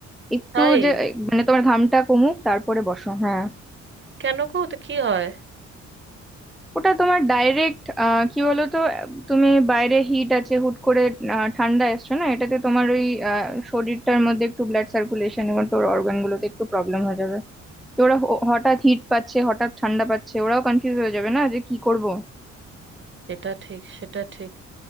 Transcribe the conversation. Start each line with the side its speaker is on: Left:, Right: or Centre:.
Centre: একটু
Right: তাই
Centre: যে মানে তোমার ঘামটা কমুক তারপরে বসো হ্যাঁ
Right: কেন গো তো কি হয়
Centre: ওটা তোমার ডাইরেক্ট আহ কি বলো তো আহ, তুমি বাইরে হিট আছে হুট করে আহ, ঠান্ডা এসছো না এটাতে তোমার ওই আহ শরীরটার মধ্যে একটু ব্লাড সার্কুলেশন এবং তোর অর্গানগুলোতে একটু প্রবলেম হয়ে যাবে যে ওরা হ- হঠাৎ হিট পাচ্ছে হঠাৎ ঠান্ডা পাচ্ছে ওরাও কনফিউজ হয়ে যাবে না যে কি করব
Right: সেটা ঠিক সেটা ঠিক